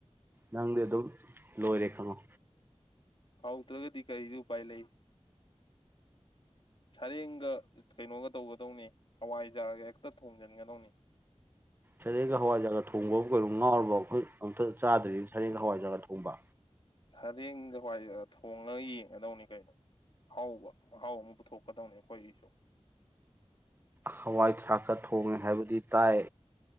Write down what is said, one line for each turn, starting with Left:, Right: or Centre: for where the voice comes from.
Right: ꯅꯪꯗꯤ ꯑꯗꯨꯝ ꯂꯣꯏꯔꯦ ꯈꯪꯉꯣ
Left: ꯍꯥꯎꯗ꯭ꯔꯒꯗꯤ ꯀꯔꯤꯗꯤ ꯎꯄꯥꯏ ꯂꯩ ꯁꯔꯦꯡꯒ ꯀꯩꯅꯣꯒ ꯇꯧꯒꯗꯧꯅꯤ ꯍꯋꯥꯏꯖꯥꯔꯒ ꯍꯦꯛꯇ ꯊꯣꯡꯖꯤꯟꯒꯗꯧꯅꯤ
Right: ꯁꯔꯦꯡꯒ ꯍꯋꯥꯏꯖꯒꯥꯒ ꯊꯣꯡꯕ ꯀꯩꯩꯅꯣ ꯉꯥꯎꯔꯕꯣ ꯑꯩꯈꯣꯏ ꯑꯝꯇ ꯆꯥꯗ꯭ꯔꯤꯅ ꯁꯔꯦꯡꯒ ꯍꯋꯥꯏꯖꯒꯥ ꯊꯣꯡꯕ
Left: ꯁꯔꯦꯡꯒ ꯍꯋꯥꯏꯖꯥꯔꯒ ꯊꯣꯉꯒ ꯌꯦꯡꯒꯗꯧꯅꯤ ꯀꯩꯅꯣ ꯑꯍꯥꯎꯕ ꯃꯍꯥꯎ ꯑꯃ ꯄꯨꯊꯣꯛꯀꯗꯧꯅꯤ ꯑꯩꯈꯣꯏꯒꯤꯁꯨ
Right: ꯍꯋꯥꯏ ꯊꯔꯥꯛꯀ ꯊꯣꯡꯉꯦ ꯍꯥꯏꯕꯗꯤ ꯇꯥꯏ